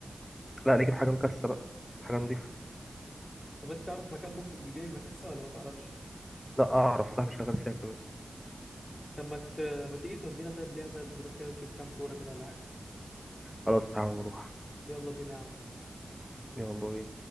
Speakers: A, on the left; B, on the left.
A: لا نجيب حاجه مكسره حاجه نضيفه
B: طب أنت تعرف مكان ممكن بيبيع المكسة ولا ما تعرفش
A: لا اعرف صاحبي شغال فيها كمان
B: طب ما ت... ما تيجي تودينا طيب ليها طيب نروح كده نشوف كام كورة كده ولا حاجة
A: خلاص تعالى نروح
B: يلا بينا يا عم
A: يلا بينا